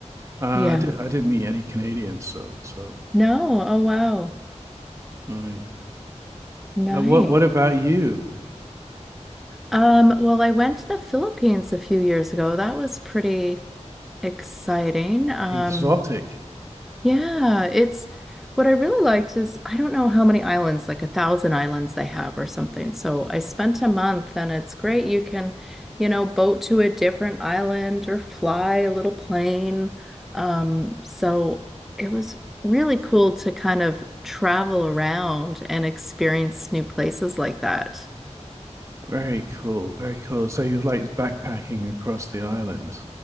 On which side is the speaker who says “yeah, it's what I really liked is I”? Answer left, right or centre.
Centre